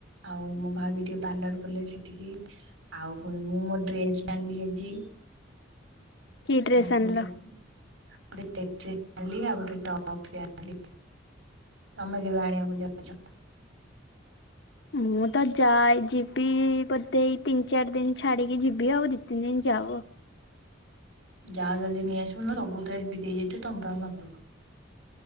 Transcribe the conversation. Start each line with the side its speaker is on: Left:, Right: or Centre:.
Right: ଆଉ ମୋ ଭାଉଜ ଟିକେ ପାର୍ଲର ଗଲେ ସେ <inaudible> ଆଉ ପୁଣି ମୁଁ ମୋ ଡ୍ରେସ ବି ଆଣିଲି ଆଜି।
Left: କି
Right: ସବୁ
Left: ଡ୍ରେସ
Right: କିଣାକିଣି
Left: ଆଣିଲ?
Right: କରିକି ଗୋଟେ <inaudible> ଆଣିଲି ଆଉ ଗୋଟେ ଟପ୍ ଟେ ଆଣ <inaudible> ତମେ କେବେ ଆଣିବାକୁ ଯାଉଛ?
Left: ମୁଁ ତ ଯାଏ ଯିବି ବୋଧେ ଏଇ ତିନି ଚାରି ଦିନ ଛାଡିକି ଯିବି ଆଉ ଦି ତିନି ଦିନ ଯାଉ
Right: ଯାଅ ଜଲ୍ଦି ନେଇଆସିବ ନହଲେ ସବୁ ଡ୍ରେସ ବିକ୍ରି ହେଇଯାଇଥିବ ତମ ପାଇଁ ଆଉ ନଥିବ।